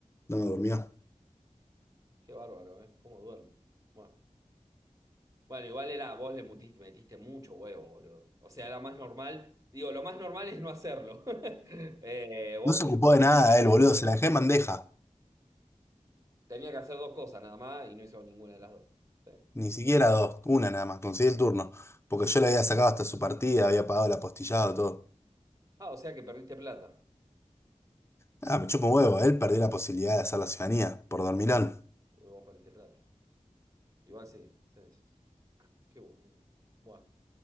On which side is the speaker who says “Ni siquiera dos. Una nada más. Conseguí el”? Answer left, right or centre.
Left